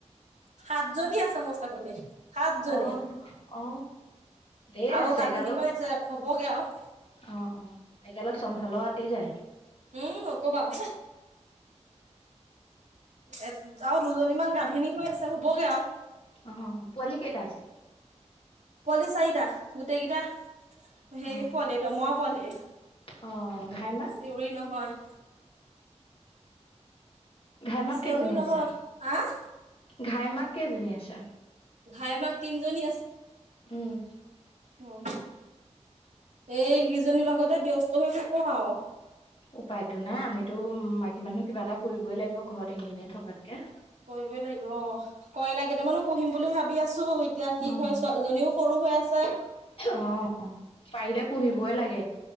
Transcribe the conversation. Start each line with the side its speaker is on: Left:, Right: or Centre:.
Right: সাতজনী আছে মোৰ ছাগলী সাতজনী।
Left: অ অ ধেৰ
Right: আৰু
Left: আছে
Right: গাভিনী
Left: এগালক
Right: হয় আছে হ'বগে আৰু।
Left: অ, অ, একগালগ চম্ভালৰও আতি যায়।
Right: উম, নক'বা হ এ আৰু দুজনীমান গাভিনী হৈ আছে হ'বগে আৰু।
Left: অ, পোৱালি কেইটা আছে।
Right: পোৱলি চাৰিটা গোটেইকেইটা। হে
Left: অ
Right: পোৱালি দমৰা পোৱালি,
Left: অ ঘাই মাক
Right: চিউৰি নহয়।
Left: ঘাই মাক
Right: চেউৰী
Left: কেইজনী
Right: নহয়
Left: আছে।
Right: আহ
Left: ঘাই মাক কেইজনী আছে?
Right: ঘাই মাক তিনজনী
Left: উম,
Right: অ, এই সিজনীৰ লগতে ব্যস্ত হৈ থাকো আৰু।
Left: উপায়তো নাই আমিতো মাইকী মানুহ কিবা এটা কৰিবই লাগিব ঘৰত এনে এনে থকাতকে।
Right: কৰিবই লাগিব। অ, কয়লা কিতামানো পঢ়িম বুলি ভাবি আছো এতিয়া কি
Left: উম
Right: হয় ছোৱালীজনীও সৰু হৈ আছে।
Left: অ, পাৰিলে পুহিবই লাগে